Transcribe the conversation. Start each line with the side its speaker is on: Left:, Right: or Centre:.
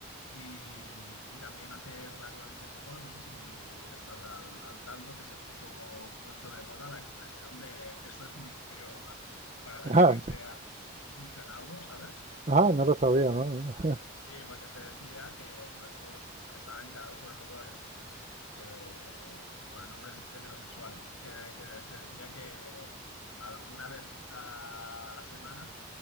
Left: Y, y también hace relativamente poco, no sé si estás al, al tanto, que se puso mucho de moda la expresión de eso es mi imperio romano, para referirte
Right: <laughs> Ah, no,
Left: a que piensas mucho en algo, ¿sabes?
Right: ah, no lo sabía, ¿no? <laughs>
Left: Sí, porque se decía que sobre todo estaba encarado sobre todo en hombres, que, bueno, en hombres heterosexuales, que, que se decía que alguna vez a la semana